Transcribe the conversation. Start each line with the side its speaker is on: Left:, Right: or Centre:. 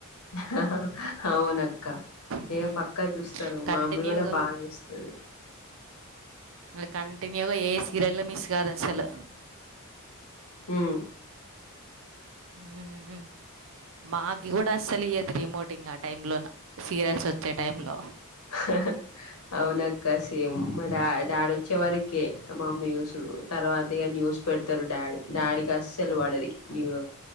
Left: హహా అవునా ఇక అయ్యో
Right: హ్మ్.
Left: పక్కా చూస్తారు
Right: కంటిన్యూగా
Left: మా అమ్మీ కూడా బాగా చూస్తది
Right: మాక్ కంటిన్యూగా ఏ సీరియల్లు మిస్ కాదు అసలు
Left: ఉమ్మ్
Right: ఉం ఉమ్మ్ మాకి కూడా అస్సలు ఇయదు రిమోటింగ్ ఆ టైమ్ లోన సీరియల్స్ వచ్చే టైం లో
Left: హహ అవునక్క సేమ్ మా డా డాడీ వచ్చే వరకే మమ్మీ చూస్ ఉం తర్వాత ఇక న్యూస్ పెడతారు డాడ్ డాడీకి అస్సలు పడది న్యూ